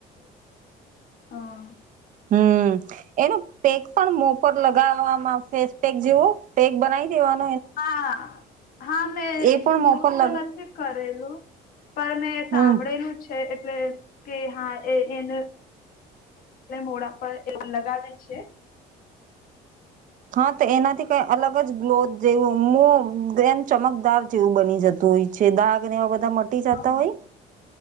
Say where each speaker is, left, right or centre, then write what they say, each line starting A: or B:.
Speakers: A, on the left; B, on the right.
A: હા.
B: હમ્મ એનો પેક પણ મોપર લગાવવામાં ફેસ પેક જેવો પેક બનાવી દેવાનું.
A: હા હા મેં
B: એ પણ મો
A: યુજ
B: પર લગ
A: તો નથી કરેલું પણ મેં
B: હમ
A: સાંભળેલું છે એટલે કે હા એ એન એટલે મોડા પર એ લોગ લગાવે છે.
B: હા તો એનાથી અલગ જ ગ્લોથ જેવું મુ એમ ચમકદાર જેવું બની જતું હોય છે દાગ ને એવા બધા જતા
A: હા
B: હોય